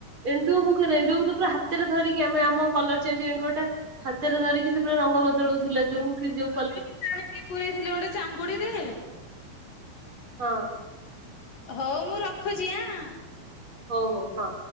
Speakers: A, on the right; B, on the left.
A: ଏଣ୍ଡୁଅ ଏଣ୍ଡୁକୁ ପରା ହାତରେ ଧରିକି ଆମେ ଆମ କଲର ଚେଞ୍ଜ ଏଣ୍ଡୁଅଟା ହାତରେ ଧରିକି ସେ ପୁରା ରଙ୍ଗ ବଦଳଉଥିଲା ଯୋଉଠି ଯଉ।
B: <inaudible> କିଏ ପୁରେଇଥିଲେ ଗୋଟେ ଚାଙ୍ଗୁଡିରେ।
A: ହଁ।
B: ହଉ ମୁଁ ରଖୁଚି ଆଁ।
A: ହଉ ହଉ ହଁ।